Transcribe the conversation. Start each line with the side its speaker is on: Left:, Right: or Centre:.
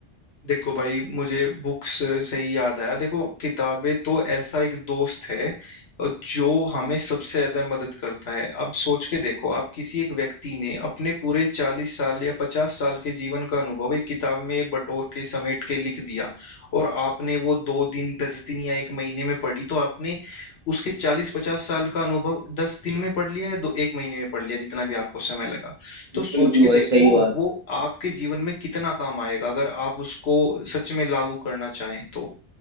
Left: देखो भाई मुझे बुक्स से ही याद आया देखो किताबें तो ऐसा एक दोस्त है अ, जो हमें सबसे ज्यादा मदद करता है अब सोच के देखो आप किसी एक व्यक्ति ने अपने पूरे चालीस साल या पचास साल के जीवन का अनुभव एक किताब में बटोर के समेट के लिख दिया और आपने वो दो दिन दस दिन या एक महीने में पढ़ी तो आपने उसके चालीस पचास साल का अनुभव दस दिन में पढ़ लिया या दो एक महीने में पढ़ लिया जितना भी आपको समय लगा तो सोच
Right: बिल्कुल
Left: के
Right: भाई
Left: देखो
Right: सही बात
Left: वो आपके जीवन में कितना काम आएगा अगर आप उसको सच में लागू करना चाहें तो